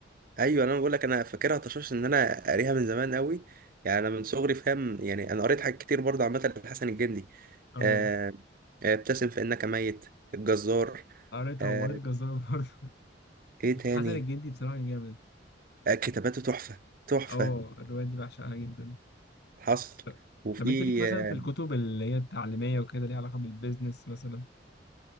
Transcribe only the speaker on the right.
ايوه انا بقول لك انا فاكرها طشاش ان انا قاريها من زمان قوي يعني انا من صغري فاهم يعني انا قريت حاجات كتير برضه عامه لحسن الجندي
آه، آه، ابتسم فانك ميت الجزار
آه،
ايه
تاني
آه، كتاباته تحفه تحفه
حصل
وفي
آه،